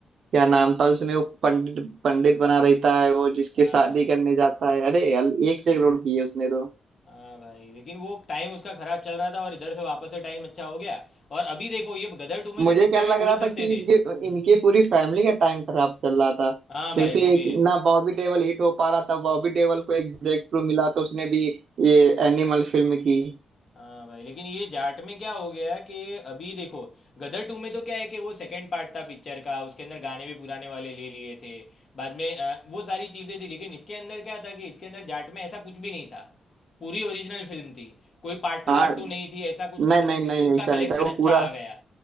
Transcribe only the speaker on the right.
क्या नाम था उसमें वो पंडित पंडित बना रहता है वो जिसके
शादी
करने जाता है अरे यार एक से एक रोल किए उसने तो
मुझे
क्या
लग
रहा
था
कि
इनके,
इनके पूरी फैमिली का टाइम खराब चल रहा था
जैसे
एक-
ना बॉबी देओल हिट हो पा रहा था बॉबी देओल को एक ब्रेक थ्रू मिला तो उसने भी ये एनिमल फिल्म की
हाँ
नहीं
नहीं
नहीं
ऐसा नहीं
था वो
पूरा